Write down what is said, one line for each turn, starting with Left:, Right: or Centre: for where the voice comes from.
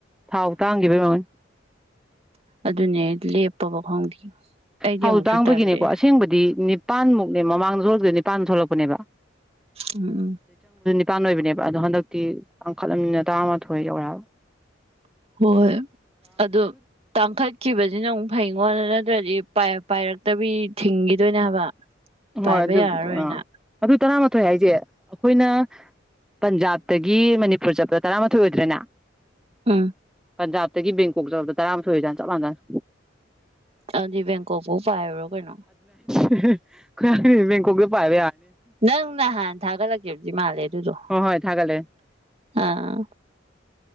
Centre: ꯊꯥꯎ ꯇꯥꯡꯈꯤꯕꯩ ꯃꯃꯟ
Right: ꯑꯗꯨꯅꯦ ꯂꯦꯞꯄꯕ ꯈꯪꯗꯦ ꯑꯩꯗꯤ
Centre: ꯊꯥꯎꯗꯨ ꯇꯥꯡꯕꯒꯤꯅꯦꯀꯣ
Right: ꯇꯜꯂꯦ
Centre: ꯑꯁꯦꯡꯕꯗꯤ ꯄꯥꯟꯃꯨꯛꯅꯦ ꯃꯃꯥꯡꯗ ꯊꯣꯛꯂꯛꯇꯣꯏꯅꯤ ꯄꯥꯟꯗ ꯊꯣꯛꯂꯛꯄꯅꯦꯕ
Right: ꯎꯝ
Centre: ꯀꯇꯥꯟ ꯑꯣꯏꯕꯅꯦꯕ ꯑꯗꯣ ꯍꯟꯗꯛꯇꯤ ꯇꯥꯡꯈꯠꯂꯕꯅꯤꯅ ꯇꯔꯥꯃꯥꯊꯣꯏ ꯌꯧꯔꯛꯑꯕ
Right: ꯍꯣꯏ ꯑꯗꯨ ꯇꯥꯡꯈꯠꯈꯤꯕꯁꯤꯅ ꯑꯃꯨꯛ ꯐꯩꯉꯣꯅ ꯅꯠꯇ꯭ꯔꯗꯤꯥꯏ ꯄꯥꯏꯔꯛꯇꯕꯤ ꯊꯤꯡꯈꯤꯗꯣꯏꯅꯦ ꯍꯥꯏꯕ ꯄꯥꯏꯕ
Centre: ꯍꯣꯏ ꯑꯗꯨꯗꯤ
Right: ꯌꯥꯔꯔꯣꯏꯅ
Centre: ꯑ ꯑꯗꯨ ꯇꯔꯥꯃꯥꯊꯣꯏ ꯍꯥꯏꯁꯦ ꯑꯩꯈꯣꯏꯅ ꯄꯟꯖꯥꯕꯇꯒꯤ ꯃꯅꯤꯄꯨꯔ ꯆꯞꯄ ꯇꯔꯥꯃꯊ ꯑꯣꯏꯗ꯭ꯔꯦꯅ
Right: ꯎꯝ
Centre: ꯄꯟꯖꯥꯕꯇꯒꯤ ꯕꯦꯡꯀꯣꯛ ꯆꯠꯕꯗ ꯇꯔꯥꯃꯥꯊꯣꯏ ꯑꯣꯏꯖꯥꯟ ꯆꯞ ꯃꯥꯟꯗꯅ
Right: ꯑꯗꯤ ꯦꯡꯀꯣꯣꯛꯕꯨ ꯄꯥꯔꯣ ꯀꯩꯅꯣ
Centre: ꯎ ꯃ ꯈꯣꯛꯒꯦ ꯄꯥꯏ
Right: ꯅꯪ ꯅꯍꯥꯟ ꯊꯥꯒꯠꯂꯛꯀꯦꯕꯗꯤ ꯃꯥꯜꯂꯦ ꯑꯗꯨꯗꯣ
Centre: ꯍꯣꯏ ꯍꯣꯏ ꯊꯥꯒꯠꯂꯦ
Right: ꯑꯥ